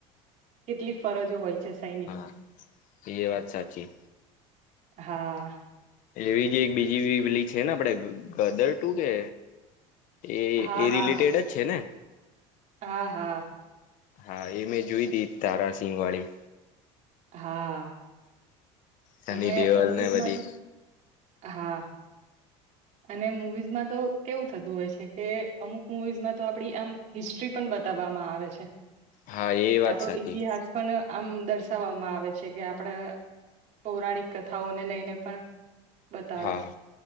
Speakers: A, on the right; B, on the left.
A: કેટલી ફરજો હોય છે. સૈનિકની
B: હા એ વાત સાચી.
A: હા
B: એવી જે એક બીજી બી પેલી છે, ને આપણે ગદર ટુ કે એ
A: હા
B: એ
A: હા
B: રિલેટેડ
A: હા
B: જ છે, ને
A: હા હા
B: હા એ મેં જોય તી તારાસિંગ વાળી
A: હા
B: સની
A: અને
B: દેઓલ
A: મુવીઝમાં
B: ને બધી
A: તો હા અને મુવીઝમાં તો કેવું થતું હોય છે કે અમુક મુવીઝમાં તો આપડી આમ હિસ્ટ્રી પણ બતાવામાં આવે છે
B: હા એ
A: કે
B: વાત
A: આપણો
B: સાચી
A: ઈતિહાસ પણ આમ દર્શાવવામાં આવે છે કે આપણે પૌરાણિક કથાઓને લઈને પણ બતાવે
B: હા
A: છે.